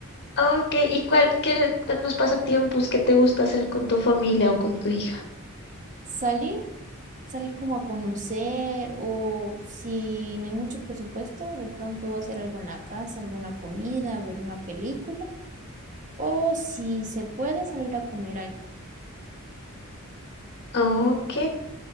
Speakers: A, on the left; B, on the right.
A: Ah, Ok, ¿y cuál, qué en los pasatiempos que te gusta hacer con tu familia o con tu hija?
B: Salir, salir como a conocer o si no hay mucho presupuesto, de pronto va a hacer algo en la casa, alguna comida, ver una película O si se puede salir a comer algo.
A: Ok.